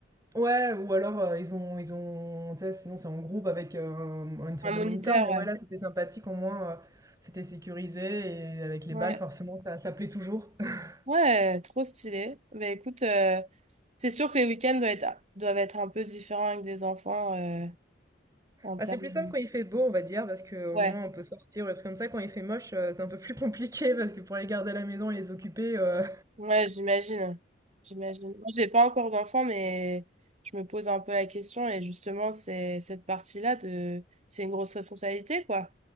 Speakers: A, on the right; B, on the right.
A: Ouais ou alors, heu, ils ont ils ont tu sais, sinon c'est en groupe avec, hem, une sorte
B: Un moniteur,
A: de moniteur, mais
B: ouais.
A: ouais, là, c'était sympathique au moins, heu, c'était sécurisé et avec les
B: Ouais,
A: balles forcément ça ça plaît toujours. <laughs>
B: ouais, trop stylé. Bah écoute, euh, c'est sûr que les week-ends doivent être, doivent être un peu différents avec des enfants euh, en termes
A: Bah, c'est plus
B: de...
A: simple quand il fait beau, on va dire, parce que au
B: Ouais,
A: moins on peut sortir ou des trucs comme ça. Quand il fait moche, heu, c'est un peu plus <laughs> compliqué parce que pour les garder à la maison et les occuper, euh,
B: ouais, j'imagine. J'imagine. Moi, j'ai pas encore d'enfants, mais je me pose un peu la question et justement, c'est cette partie-là de... C'est une grosse responsabilité, quoi.